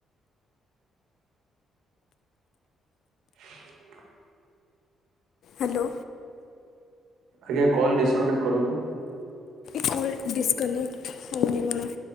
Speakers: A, on the right; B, on the left.
A: ହୁଁ
B: ହ୍ୟାଲୋ
A: ଆଜ୍ଞା କଲ୍ ଡିସିକନେକ୍ଟେ କରନ୍ତୁ
B: କଲ୍ ଡିସ୍ କନେକ୍ଟେ ହେଉନି ମୋର